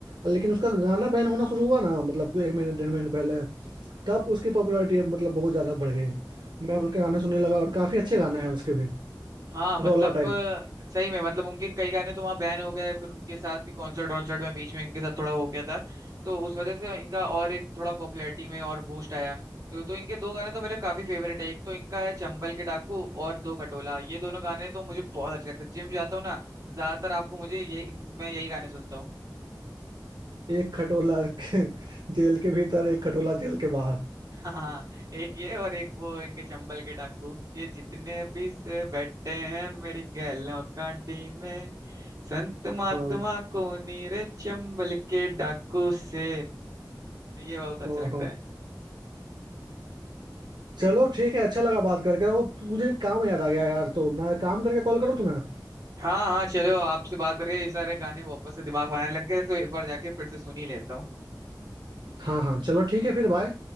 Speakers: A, on the right; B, on the right.
A: लेकिन उसका गाना बैन होना शुरू हुआ ना मतलब एक महीने डेढ़ महीने पहले तब उसकी पॉपुलैरिटी मतलब बहुत ज़्यादा बढ़ गई मैं उनके गाने सुनने लगा और काफ़ी अच्छे गाने हैं उसके भी
B: हाँ मतलब
A: रोला टाइप
B: अ, सही में मतलब उनके कई गाने तो वहाँ बैन हो गए फिर उनके साथ भी कॉन्सर्ट वॉन्सर्ट में बीच में इनके साथ थोड़ा हो गया था तो उस वजह से इनका और एक थोड़ा पॉपुलैरिटी में और बूस्ट आया तो तो इनके दो गाने तो मेरे काफी फेवरेट है एक तो इनका है चंबल के डाकू और दो कटोला ये दोनों गाने तो मुझे बहुत अच्छे लगते हैं जिम जाता हूँ ना ज्यादातर आपको मुझे यही मैं यही गाने सुनता हूँ
A: एक खटोला <laughs> के- जेल के भीतर एक खटोला जेल के बाहर
B: हाँ एक ये और एक वो इनके चंबल के डाकू ये जितने भी से बैठे हैं मेरी गैलों काटी में संत महात्मा
A: हाँ
B: को नीरे चंबल के डाकू से तो ये बहुत अच्छा
A: हाँ
B: लगता
A: हाँ
B: है
A: चलो ठीक है अच्छा लगा बात करके वो तुझे काम याद आ गया यार तो मैं काम करके कॉल करूँ तुम्हें
B: हाँ हाँ चलो आपसे बात करके ये सारे गाने वापस से दिमाग में आने लग गए तो एक बार जाके फिर से सुन ही लेता हूँ
A: हाँ हाँ चलो ठीक है फिर बाय